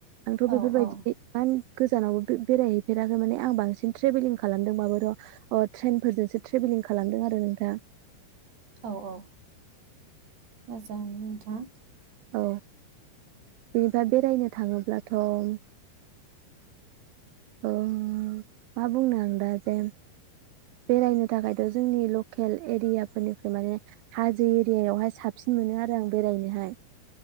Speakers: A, on the right; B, on the right.
A: आंथ' बेफोरबायदि
B: औ औ
A: इमान। गोजानावबो बे-बेरायहैफेराखै माने आं बांसिन ट्रेभेलिं खालामदोंबाबो र' अ ट्रेनफोरजोंसो ट्रेभेलिं खालामदों आरो नोंथां।
B: औ-औ। मोजाङानो नोंथां।
A: औ बिनिबा बेरायनो थाङोब्लाथ'। ओ मा बुंनो आं दा जे बेरायनो थाखायथ' जोंनि लकेल एरियाफोरनिफ्राय माने हाजो एरियायावहाय साबसिन मोनो आरो आं बेरायनोहाय।